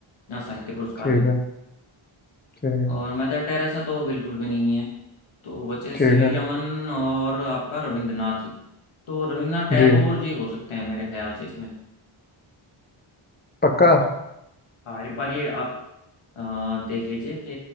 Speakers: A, on the left; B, on the left.
A: ना साहित्य पुरस्कार
B: ठीक
A: में
B: है ठीक है
A: और मदर टेरेसा तो बिल्कुल भी नहीं है तो बचे सी
B: ठीक
A: वी
B: है
A: रमन और आपका रविंद्रनाथ जी तो रविंद्रनाथ टैगोर
B: जी
A: जी हो सकते हैं मेरे ख्याल से इसमें
B: पक्का
A: हाँ एक बार ये आप अ, देख लीजिए कि